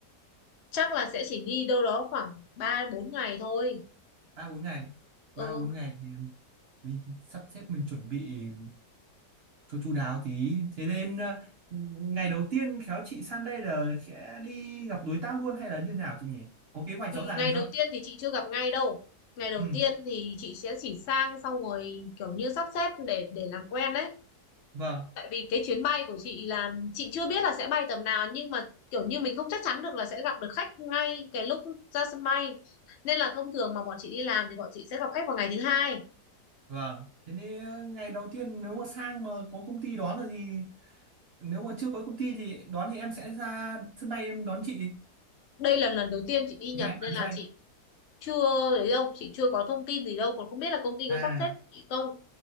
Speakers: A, on the left (about 85°); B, on the right (about 75°).
A: chắc là sẽ chỉ đi đâu đó khoảng 3 4 ngày thôi
B: Ba bốn ngày. Ba
A: ừ
B: bốn ngày thì mình sắp xếp mình chuẩn bị cho chu đáo tí. Thế nên ờ, ngày đầu tiên khéo chị sang đây là sẽ đi gặp đối tác luôn hay là như nào chị nhỉ? Có kế hoạch
A: Ừ,
B: rõ ràng
A: Ngày
B: chưa?
A: đầu tiên thì chị chưa gặp ngay đâu. Ngày đầu
B: Ừ,
A: tiên thì chị sẽ chỉ sang xong rồi kiểu như sắp xếp để để làm quen đấy.
B: vâng.
A: Tại vì cái chuyến bay của chị là chị chưa biết là sẽ bay tầm nào nhưng mà kiểu như mình không chắc chắn được là sẽ gặp được khách ngay cái lúc ra sân bay. Nên là thông thường mà bọn chị đi làm thì bọn chị sẽ gặp khách vào ngày thứ hai.
B: Vâng, thế nên ờ, ngày đầu tiên nếu mà sang mà có công ty đón rồi thì nếu mà chưa có công ty thì đón thì em sẽ ra sân bay em đón chị
A: Đây là lần đầu tiên chị đi Nhật
B: nhà em
A: nên
B: ở
A: là
B: sân bay.
A: chị chưa đấy đâu, chị chưa có thông tin gì đâu, còn không biết là công ty
B: À,
A: có sắp xếp cho chị không.